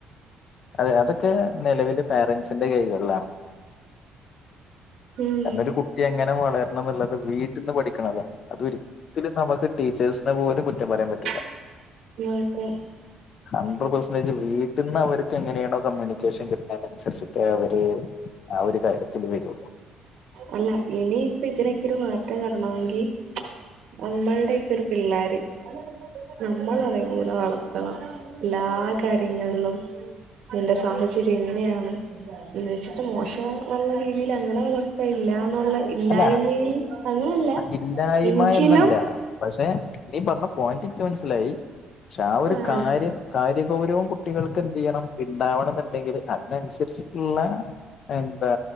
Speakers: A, on the left; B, on the right.
A: അതെ അതൊക്കെ നിലവില് പേരൻസിന്റെ കൈകൾലാണ്.
B: ഉം
A: നല്ലോരു കുട്ടി എങ്ങനെ വളരണം എന്നുള്ളത് വീട്ട്ന്ന് പഠിക്കണതാ. അത് ഒരി തില് നമുക്ക് ടീച്ചേഴ്സിനെ പോലും കുറ്റം പറയാൻ പറ്റി
B: <unintelligible>
A: ഹൺഡ്രഡ് പെർസെൻറേജ് വീട്ടിൽന്ന് അവർക്ക് എങ്ങനെയാണോ കമ്മ്യൂണിക്കേഷൻ കി ആ അനുസരിച്ചിട്ട് അവര് ആ ഒരു കാര്യത്തില് വരുള്ളൂ
B: അല്ല ഇനി ഇപ്പ ഇതിനക്കെ ഒരു മാറ്റം വരണമെങ്കിൽ നമ്മളടെയ ഒക്കെ ഒരു പിള്ളേര് നമ്മള് അതേപോലെ വളത്തണം എല്ലാ കാര്യങ്ങളും ന്റെ സാഹചര്യം എങ്ങനെയാണ്. എന്ന് വെച്ചിട്ട് മോശം ഒള്ള രീതിയിൽ അങ്ങനെ വളർ ഇല്ലാന്നുള്ള ഇല്ലായ്മയിൽ
A: അല്ല
B: അങ്ങനെയല്ല
A: ഇല്ലായ്മ
B: എങ്കിലും.
A: എന്നല്ല പക്ഷെ നീ പറഞ്ഞ പോയിന്റ്നിക്ക് മനസ്സിലായി. ക്ഷെ ആ ഒരു
B: ആഹ്
A: കാര്യം കാര്യ ഗൗരവും കുട്ട കുട്ടികൾക്ക് എന്ത് ചെയ്യണം ഉണ്ടാവണം എന്നുണ്ടെങ്കിൽ അതിനനുരിച്ച് ള്ള എന്താ